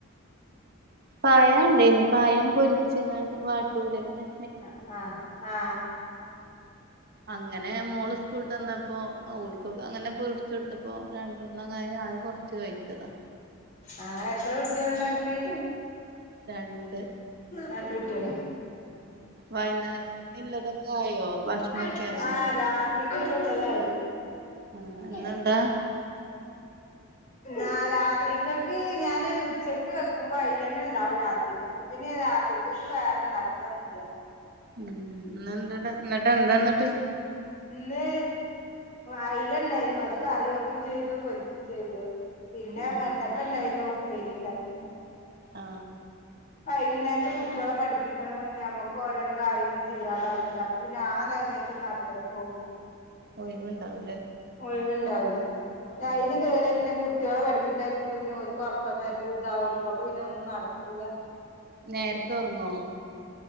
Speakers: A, on the right; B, on the left.
A: പയണ്ടേനി പയം പൊരിച്ച്ങ്ങാണ്ട് വാട്ടൂലെങ്ങനെ.
B: ആ ആ
A: അങ്ങനെ മോള് സ്കൂള്ട്ടന്നപ്പോ ഓൽ കൊക്കെ അങ്ങനെ പൊരിച്ചു ഒടുത്തപ്പോ രണ്ടെണ്ണം അങ്ങനെ ഞാനും ഞാനും കൊറച്ച് കഴിച്ചതാ.
B: ആഹ് എത്ര കൂട്ട്യോള്ണ്ടനക്ക്?
A: രണ്ട്.
B: രണ്ട് കുട്ട്യോളാ?
A: വൈകുന്നേരത്തിന് ഇല്ലതൊക്കെ ആയോ
B: <unintelligible>
A: ഭക്ഷണൊക്കെ ആയോ
B: ആ രാത്രികൊക്കള്ളതായി. <unintelligible>
A: ആ ഇന്നെന്താ
B: ആ രാത്രിക്കക്ക് ഞാന് ഒര് ഉച്ചക്ക് വെക്കുമ്പോ അതിലെന്നെ ഉണ്ടാവും രാത്രിക്ക പിന്നെ രാത്രിക്കക്ക് വേറെ ഇണ്ടാക്കലൊന്നുല്ല.
A: ഉം നെന്തടാ ഇന്ന്ട്ടെന്താന്ന്ട്ട്‌?
B: ഇന്ന് അയില ഉം ഉണ്ടായിരുന്നു അത് കറി വെക്കും ചെയ്തു പൊരിക്കും ചെയ്തു. പിന്നെ
A: ആ
B: വെണ്ടക്ക ഉണ്ടായിന്നു ഉപ്പേരി ഉണ്ടാക്കി.
A: ആ
B: വൈ കുന്നേരത്ത് കുട്ടോളെ പഠിപ്പിക്കണ നമക്ക് ഓരോരോ കാര്യങ്ങൾ ചെയ്യാള്ള അപ്പൊ പിന്നെ ആ നമയതൊന്നുംഅടുക്കളെക് പോവൂല.
A: ഒഴിവ് ഉണ്ടാവു
B: ഒഴിവുണ്ടാവൂല ഞ
A: ആ
B: ഐന് കേറിയാ പിന്നെ കു <unintelligible> കുട്ട്യോളെ പഠിപ്പിക്കായിരിക്കുമ്പത്തിന് ഓൽക്ക് ഉറക്കം വരലും ഇതാ വലും അപ്പ പിന്നൊന്നുംക്കൂല
A: നേരത്തെ ഉറങ്ങോ?